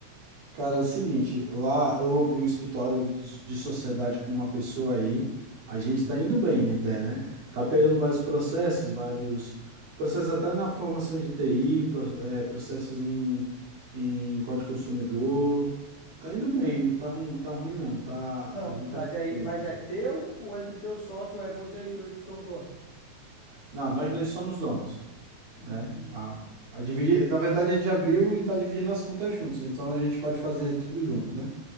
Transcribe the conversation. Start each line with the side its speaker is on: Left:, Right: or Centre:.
Right: cara, é o seguinte, lá eu abri um escritório de sociedade com uma pessoa aí, a gente
Left: Uhum.
Right: tá indo bem até, né? Tá pegando vários processos, vários processos até na formação de TI, pro- é, processos em, em código consumidor. Tá indo bem, não tá, ru- tá ruim não, tá,
Left: Não,
Right: a
Left: ma-
Right: gente
Left: mas
Right: tá conseguindo.
Left: é, mas é teu ou é do teu sócio ou é vocês dois que são dono?
Right: Não, nós dois somos donos.
Left: Hum,
Right: né? A, a dividir, na verdade, a gente abriu e está dividindo as contas juntos, então a gente pode fazer tudo junto, né?